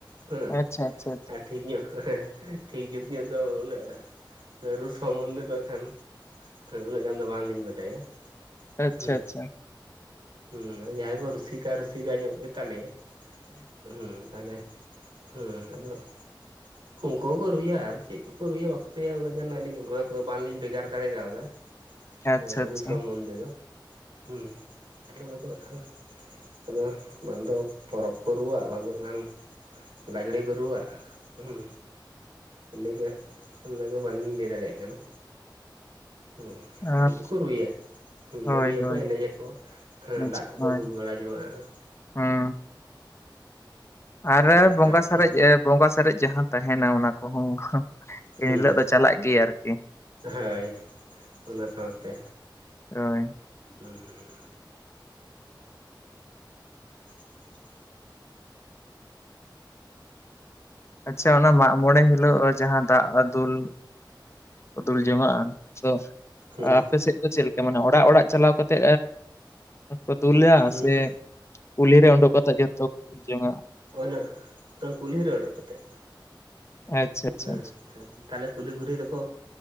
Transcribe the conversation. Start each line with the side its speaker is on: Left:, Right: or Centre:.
Right: ᱦᱮᱸ
Left: ᱟᱪᱪᱷᱟ ᱟᱪᱪᱷᱟ
Right: ᱴᱷᱤᱠ ᱧᱚᱜ ᱴᱷᱤᱠ ᱡᱩᱛ ᱧᱚᱜ ᱫᱚ ᱩᱱᱟᱜ ᱨᱩ ᱥᱚᱢᱵᱚᱱᱫᱷᱮ ᱫᱚ ᱮᱜᱠᱷᱟᱱ ᱦᱮᱸ ᱩᱱᱟᱹᱜ ᱜᱟᱱ ᱫᱚ ᱵᱟᱝᱞᱤᱧ ᱵᱟᱰᱟᱭᱟ᱾
Left: ᱟᱪᱪᱷᱟ
Right: ᱦᱩᱸ
Left: ᱟᱪᱪᱷᱟ᱾
Right: ᱦᱩᱸ ᱡᱟᱦᱟᱸᱭ ᱠᱚ ᱨᱩᱥᱤᱠᱟ ᱨᱩᱥᱤᱠᱟ ᱧᱚᱜ ᱜᱮᱛᱟᱞᱮᱭᱟ ᱦᱩᱸ ᱛᱟᱦᱞᱮ ᱦᱩᱸ ᱟᱫᱚ
Left: <unintelligible>
Right: ᱩᱱᱠᱩ ᱦᱚᱸᱠᱚ ᱨᱩᱭᱟ ᱪᱮᱫ ᱠᱚᱠᱚ ᱨᱩᱭᱟ ᱵᱟᱠᱚ ᱨᱩᱭᱟ ᱩᱱᱟᱹᱜ ᱟᱞᱤᱧ ᱚᱱᱟ ᱠᱚᱫᱚ ᱵᱟᱝᱞᱤᱧ ᱵᱮᱜᱟᱨ ᱫᱟᱲᱮ ᱠᱟᱣᱫᱟ᱾
Left: ᱟᱪᱪᱷᱟ
Right: ᱦᱩᱸ
Left: ᱟᱪᱪᱷᱟ
Right: ᱨᱩ ᱥᱚᱢᱵᱚᱱᱫᱷᱮ ᱫᱚ ᱦᱮᱸ ᱛᱟᱦᱞᱮ ᱚᱱᱟ <unintelligible> ᱫᱚ ᱦᱟᱜᱠᱷᱟᱱ ᱟᱫᱚ ᱵᱟᱝᱫᱚ ᱯᱚᱨᱚᱵᱽ ᱠᱚ ᱨᱩᱣᱟᱜ ᱵᱟᱝᱫᱚ ᱠᱟᱱ, ᱞᱟᱜᱽᱲᱮ ᱠᱚ ᱨᱩᱣᱟᱜ ᱦᱩᱸ᱾ ᱤᱱᱟᱹᱜᱮ ᱚᱱᱟᱜᱮ ᱵᱟᱝᱞᱤᱧ ᱞᱮᱭ ᱫᱟᱲᱮᱭᱟᱜ ᱠᱟᱱᱟ᱾ ᱦᱸᱻ
Left: ᱟᱨ
Right: ᱠᱤᱱᱛᱩ ᱠᱚ ᱨᱩᱭᱟ᱾ ᱦᱩᱸ
Left: ᱦᱳᱭ
Right: ᱨᱩᱭᱟᱠᱚ
Left: ᱦᱳᱭ
Right: ᱮᱱᱮᱡ ᱟᱠᱚ ᱦᱮᱸ
Left: ᱱᱤᱡ-
Right: ᱫᱟᱜ ᱠᱚᱠᱚ
Left: ᱦᱳᱭ
Right: ᱫᱩᱞ ᱵᱟᱲᱟ ᱡᱚᱝᱟᱜᱼᱟ᱾
Left: ᱦᱩᱸ ᱟᱨ
Right: ᱦᱸ ᱱᱚᱝᱠᱟ
Left: ᱵᱚᱸᱜᱟ
Right: ᱟᱨᱠᱤ᱾
Left: ᱥᱟᱨᱮᱡ ᱵᱚᱸᱜᱟ ᱥᱟᱨᱮᱡ ᱡᱟᱦᱟᱸ ᱛᱟᱦᱮᱱᱟ ᱚᱱᱟ ᱠᱚᱦᱚᱸ ᱮᱱᱦᱤᱞᱳᱜ
Right: ᱦᱩᱸ᱾
Left: ᱫᱚ ᱪᱟᱞᱟᱜ ᱜᱮ ᱟᱨᱠᱤ
Right: ᱦᱳᱭ ᱚᱱᱟ ᱥᱟᱶᱛᱮ᱾
Left: ᱦᱳᱭ
Right: ᱦᱩᱸᱻ <unintelligible>
Left: ᱟᱪᱪᱷᱟ ᱚᱱᱟ ᱢᱟᱜ ᱢᱚᱬᱮ ᱦᱤᱞᱳᱜ ᱡᱟᱦᱟᱸ ᱫᱟᱜ ᱫᱩᱞ, ᱚ ᱫᱩᱞ ᱡᱚᱢᱟᱜᱼᱟ ᱛᱚ,
Right: ᱦᱩᱸ
Left: ᱟᱯᱮ ᱥᱮᱫ ᱫᱚ ᱪᱮᱫ ᱞᱮᱠᱟ ᱢᱟᱱᱮ ᱚᱲᱟᱜ ᱚᱲᱟᱜ ᱪᱟᱞᱟᱣ ᱠᱟᱛᱮ ᱠᱚ ᱫᱩᱞᱟ
Right: ᱦᱩᱸ
Left: ᱥᱮ ᱠᱩᱞᱦᱤ ᱨᱮ ᱩᱰᱩᱠ ᱠᱟᱛᱮ ᱡᱚᱛᱚ ᱡᱚᱝᱟ᱾
Right: ᱦᱳᱭ ᱱᱟᱜ ᱠᱩᱞᱦᱤ ᱨᱮ ᱩᱰᱩᱠ ᱠᱟᱛᱮᱜ
Left: ᱟᱪᱪᱷᱟ ᱟᱪᱪᱷᱟ
Right: ᱦᱩᱸ
Left: ᱟᱪᱪᱷᱟ
Right: ᱛᱟᱦᱟᱞᱮ ᱠᱩᱞᱦᱤ ᱠᱩᱞᱦᱤ ᱨᱮᱠ